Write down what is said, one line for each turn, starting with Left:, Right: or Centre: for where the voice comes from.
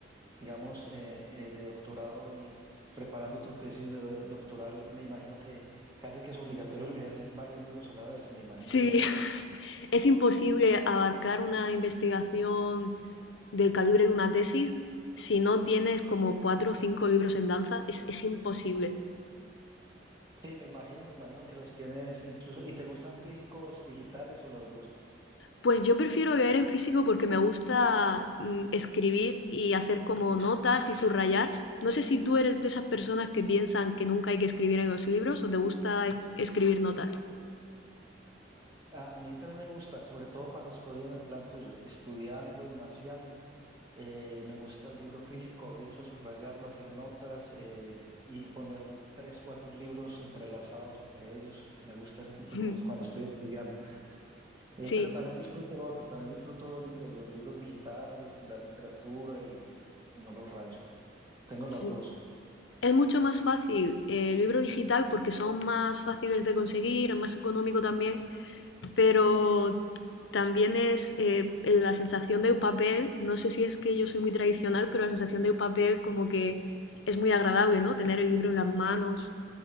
Right: digamos eh, eh, de doctorado y preparando tu tesis de eh, doctoral, me imagino que casi que es obligatorio leer varios libros a la vez, me imagino
Left: Sí,
Right: yo, ¿no?
Left: <laughs> es imposible abarcar una investigación del calibre de una tesis si no tienes como cuatro o cinco libros en danza. Es, es imposible.
Right: Sí, me imagino, me imagino que los tienes incluso, ¿y te gustan físicos, digitales o las dos?
Left: Pues yo prefiero leer en físico porque me gusta mm, escribir y hacer como notas y subrayar. No sé si tú eres de esas personas que piensan que nunca hay que escribir en los libros o te gusta e- escribir notas.
Right: A mí también me gusta, sobre todo cuando estoy en el plan tuyo, estudiando y maseando. Eh, me gusta el libro físico, abrirlo, subrayarlo, hacer notas eh, y poner tres, cuatro libros entrelazados entre ellos. Me gusta ese tipo
Left: <laughs>
Right: de cosas cuando estoy estudiando. Eh,
Left: Sí,
Right: pero también disfruto lo otro, también disfruto el- el- los libros digitales, la literatura y y no los rayo. Tengo las
Left: sí.
Right: dos.
Left: Es mucho más fácil eh, el libro digital porque son más fáciles de conseguir, es más económico también pero también es eh, la sensación de papel, no sé si es que yo soy muy tradicional, pero la sensación de papel como que es muy agradable, ¿no? Tener el libro en las manos